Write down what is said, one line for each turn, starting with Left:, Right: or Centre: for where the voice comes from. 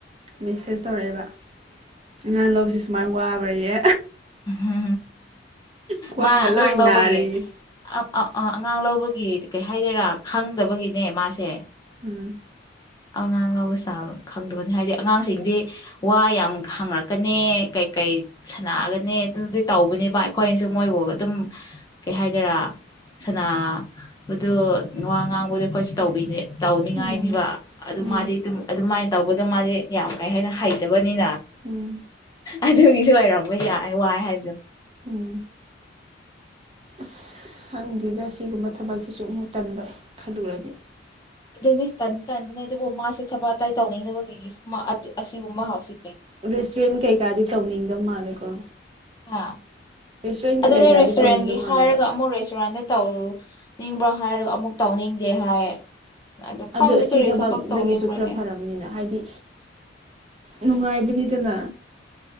Right: ꯃꯦꯁꯦꯁ ꯇꯧꯔꯛꯑꯦꯕ ꯑꯉꯥ ꯂꯧꯁꯤꯦ ꯁꯨꯃꯥꯏꯅ ꯋꯥꯕ꯭ꯔꯌꯦ
Left: ꯍꯥ
Right: ꯀ꯭ꯋꯥꯒ
Left: ꯃꯥ ꯑꯉꯥꯡ
Right: ꯂꯣꯏ ꯅꯥꯔꯦꯌꯦ
Left: ꯂꯧꯕꯒꯤ ꯑ ꯑ ꯑꯉꯥꯡ ꯂꯧꯕꯒꯤ ꯀꯩ ꯍꯥꯏꯗꯣꯏꯔꯥ ꯈꯪꯗꯕꯒꯤꯅꯦ ꯃꯥꯁꯦ
Right: ꯎꯝ
Left: ꯑꯉꯥꯡ ꯉꯕ ꯆꯥ ꯈꯪꯗꯕꯅꯤ ꯍꯥꯏꯗꯤ ꯑꯉꯥꯡꯁꯤꯡꯗꯤ ꯋꯥ ꯌꯥꯝ ꯍꯥꯡꯔꯛꯀꯅꯤ ꯀꯩꯀꯩ ꯁꯥꯟꯅꯒꯅꯤ ꯑꯗꯨꯗꯤ ꯇꯧꯕꯅꯦꯕ ꯑꯩꯈꯣꯏꯅꯁꯨ ꯃꯣꯏꯕꯨ ꯑꯗꯨꯝ ꯀꯩ ꯍꯥꯏꯗꯔꯥ ꯁꯥꯟꯕꯗꯨ ꯋꯥ ꯉꯥꯡꯕꯗꯤ ꯑꯩꯈꯣꯏꯁꯨ ꯇꯧꯕꯤꯅꯦ ꯇꯧꯅꯤꯡꯉꯥꯏꯅꯤꯕ
Right: ꯎꯝ ꯎꯝ
Left: ꯃꯥꯗꯤ ꯑꯗꯨꯝ ꯑꯗꯨꯝ ꯁꯃꯥꯏꯅ ꯇꯧꯕꯗ ꯃꯥꯗꯤ ꯌꯥꯝ ꯀꯩ ꯍꯥꯏꯅ ꯍꯩꯇꯕꯅꯤꯅ
Right: ꯎꯝ
Left: ꯑꯗ ꯍ ꯁꯤ ꯑꯣꯏꯔꯝꯕ ꯌꯥꯏ ꯋꯥꯏ ꯍꯥꯏꯕꯗꯣ
Right: ꯎꯝ ꯑꯁ ꯍꯪꯗꯦꯗ ꯑꯁꯤꯒꯨꯝꯕ ꯊꯕꯛꯁꯤꯁꯨ ꯑꯃꯨꯛ ꯇꯟꯕ ꯈꯜꯂꯨꯔꯗꯤ
Left: ꯑꯗꯨꯏꯅꯦ ꯇꯥꯟꯗꯤ ꯇꯟꯥꯟꯕꯅꯦ ꯑꯗꯨꯕꯨ ꯃꯥꯁꯦ ꯊꯕꯛ ꯑꯇꯥꯏ ꯇꯧꯅꯤꯡꯕꯒꯤ ꯑꯁꯤꯕꯨꯕ ꯍꯥꯎꯁꯤ
Right: ꯔꯦꯁꯇꯨꯔꯦꯟ ꯀꯩꯀꯥꯗꯤ ꯇꯧꯅꯤꯡꯗꯕ ꯃꯥꯜꯂꯦꯀꯣ
Left: ꯍꯥꯥ
Right: ꯔꯦꯁꯇꯨꯔꯦꯟꯒꯤ
Left: ꯑꯗꯨ
Right: ꯀꯩꯀꯥꯗꯤ
Left: ꯅ ꯔꯦꯁꯇꯨꯔꯦꯟꯒꯤ
Right: ꯇꯧꯅꯤꯡꯗꯕ ꯃꯥꯜꯂꯦꯕ
Left: ꯍꯥꯏꯔꯒ ꯑꯃꯨꯛ ꯔꯦꯁꯇꯨꯔꯦꯟꯗ ꯇꯧ ꯅꯤꯡꯕ꯭ꯔꯥ ꯍꯥꯏꯔꯒ ꯑꯃꯨꯛ ꯇꯧꯅꯤꯡꯗꯦ ꯍꯥꯏ ꯑꯗꯨ
Right: ꯑ
Left: ꯈꯪꯗꯦ
Right: ꯁꯤ
Left: ꯀꯔꯤ
Right: ꯊꯕꯛꯗꯒꯤꯁꯨ
Left: ꯊꯕꯛ ꯇꯧꯅꯤꯡꯕ꯭ꯔꯅꯦ
Right: ꯈꯔ ꯐꯔꯕꯔꯕꯅꯤꯅ ꯍꯥꯏꯗꯤ ꯅꯨꯡꯉꯥꯏꯕ ꯑꯕꯅꯤꯗꯅ